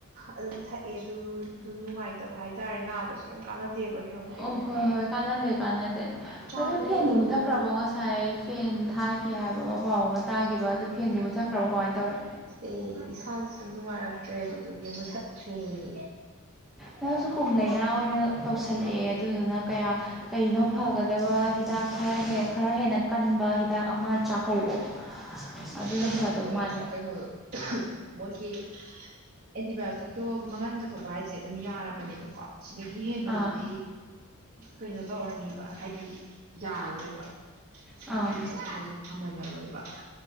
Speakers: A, on the right; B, in the centre.
A: ꯑꯗꯨꯝ ꯊꯛ ꯑꯦ ꯑꯗꯨꯗꯨ ꯅꯨꯡꯉꯥꯏꯇꯕ ꯍꯥꯏꯇꯥꯔꯦ ꯅꯥꯕꯁ ꯀꯩꯝ ꯀꯥꯟꯅꯗꯦꯕ ꯍꯤꯔꯝ ꯈꯨꯗꯤꯡꯃꯛꯇ
B: ꯑꯣ ꯍꯣꯏ ꯍꯣꯏ ꯀꯥꯟꯅꯗꯦ ꯀꯥꯟꯅꯗꯦ
A: ꯆꯥꯕꯗ
B: ꯑꯗꯨꯣ ꯐꯦꯟꯗꯤ
A: ꯑꯣꯏꯔꯣ
B: ꯃꯨꯠꯊꯈ꯭ꯔꯕꯣ ꯉꯁꯥꯏ ꯉꯁꯥꯏ ꯐꯦꯟ ꯊꯥꯒꯦ ꯍꯥꯏꯕ ꯑꯃ ꯄꯥꯎ ꯑꯃ ꯇꯥꯈꯤꯕ ꯑꯗꯨ ꯐꯦꯟꯗꯤ ꯃꯨꯠꯊꯠꯈ꯭ꯔꯕ ꯀꯃꯥꯏꯅ ꯇꯧꯏ
A: ꯑꯦ ꯏꯁꯥꯥꯁ‌ꯦ ꯁꯨꯝ ꯅꯨꯡꯉꯥꯏꯔꯛꯇ꯭ꯔꯦ ꯑꯗꯨꯗꯨꯒꯤ ꯃꯨꯊꯠꯈ꯭ꯔ‌ꯦ
B: ꯅꯪꯁꯨ ꯀꯣꯝ ꯂꯥꯏꯅꯥ ꯑꯣꯏꯅ ꯇꯧꯁꯜꯂꯛꯑꯦ ꯑꯗꯨꯗꯨꯅ ꯀꯌꯥ ꯀꯩꯅꯣ ꯐꯒꯗꯕ ꯍꯤꯗꯥꯛ ꯈꯔ ꯈꯔ ꯍꯦꯟꯅ ꯀꯟꯕ ꯍꯤꯗꯥꯛ ꯑꯃ ꯆꯥꯍꯧꯋ‌ꯣ ꯑꯗꯨꯅ
A: ꯀꯩꯅꯣꯅꯦ
B: ꯐꯗꯧ ꯃꯥꯜꯂꯦ
A: ꯀꯩꯅꯣ ꯃꯣꯏꯒꯤ ꯑꯦꯟꯇꯤꯕꯥꯌꯣꯇꯤꯛꯇꯣ ꯃꯍꯟ ꯆꯠꯊꯣꯛꯄ ꯍꯥꯏꯁꯦ ꯑꯗꯨꯝ ꯌꯥꯔꯕꯅꯦꯕꯀꯣ ꯁꯤꯗꯒꯤ ꯍꯦꯟꯕꯗꯨꯗꯤ
B: ꯑꯥ
A: ꯀꯩꯅꯣ ꯇꯧꯔꯅꯦꯕ ꯍꯥꯏꯗꯤ ꯌꯥꯔꯔꯣꯏꯕ ꯁꯨꯝ
B: ꯑꯥ
A: ꯆꯁꯥꯜꯂꯁꯨ ꯐꯃꯜꯂꯔꯣꯏꯕ